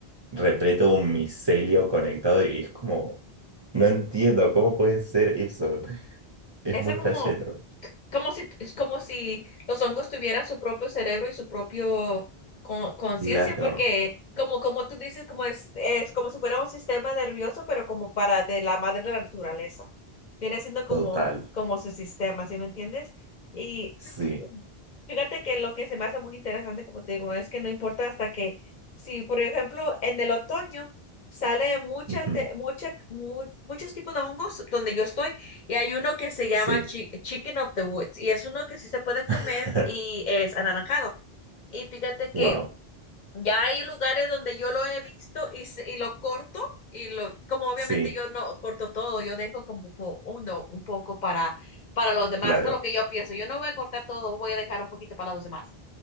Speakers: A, on the right; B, on the left.
A: repleto de un micelio conectado y es como, no entiendo cómo puede ser eso. <laughs> Es
B: Esa
A: muy
B: como,
A: flashero.
B: como si, es como si los hongos tuvieran su propio cerebro y su propio con- conciencia,
A: Claro,
B: porque como, como tú dices, como es, es como si fuera un sistema nervioso, pero como para de la madre de la naturaleza viene siendo como,
A: total,
B: como su sistema, ¿sí me entiendes? Y
A: sí,
B: fíjate que lo que se me hace muy interesante, como te digo, es que no importa hasta que, si por ejemplo en el otoño sale mucha,
A: ujú,
B: te- mucha, mu- muchos tipos de hongos donde yo estoy y hay uno que se llama
A: sí.
B: chi- Chicken of the Woods y es uno que sí se puede comer
A: <laughs>
B: y es anaranjado. Y fíjate que
A: Wow,
B: ya hay lugares donde yo lo he visto y, se- y lo corto y lo, como obviamente
A: sí,
B: yo no corto todo, yo dejo como po- uno, un poco para, para los demás,
A: claro.
B: eso es lo que yo pienso. Yo no voy a cortar todo, voy a dejar un poquito para los demás.